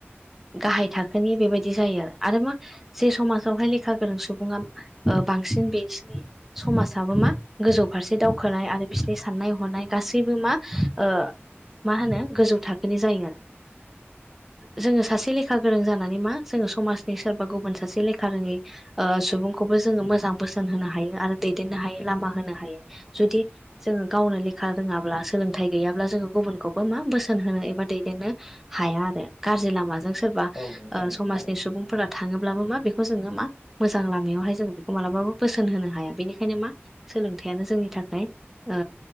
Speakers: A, in the centre; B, on the left (about 60°).
A: गाहाय थाखोनि बेबायदि जायो आरो आरो मा जे समाजावहाय लेखा गोरों सुबुङा ओ बांसिन बेसनि समाजाबो मा गासैबो मा ओ मा होनो गोजौ थाखोनि जायो जोङो सासे लेखा गोरों जानानै मा जोङो समाजनि सोरबा गुबुन सासे लेखा रोङै ओ सुबुंखौबो जोङो मोजां बोसोन होनो हायो आरो दैदेनो हायो लामा होनो हायो जुदि जोङो गावनो लेखा रोङाब्ला सोलोंथाइ गैयाब्ला जोङो गुबुनखौबो मा बोसोन होनो एबा दैदेननो हाया आरो। गाज्रि लामाजों सोरबा
B: औ नोंथां
A: ओ समाजनि
B: थारैनो
A: सुबुंफोरा थाङो। अब्लाबो मा बेखौ जोङो मा मोजां लामायावहाय जोङो बेखौ मालाबाबो बोसोन होनो हाया बेनिखायनो मा सोलों थायानो जोंनि थाखाय ओ